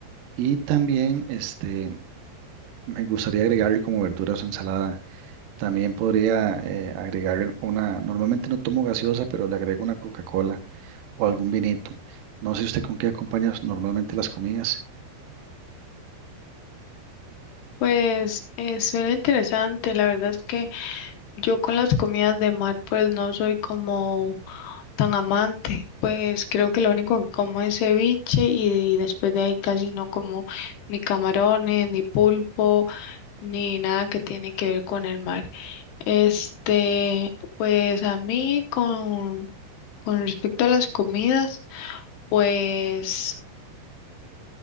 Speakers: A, on the right (about 65°); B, on the left (about 75°).
A: y también este, me gustaría agregarle como verduras o ensalada. También podría eh, agregarle una, normalmente no tomo gaseosa, pero le agrego una Coca-Cola o algún vinito. No sé usted con qué acompaña normalmente las comidas.
B: Pues eh, suena interesante. La verdad es que yo con las comidas de mar pues no soy como tan amante. Pues creo que lo único que como es ceviche y, después de ahí casi no como ni camarones, ni pulpo, ni nada que tiene que ver con el mar. Este, pues a mí con, con respecto a las comidas, pues...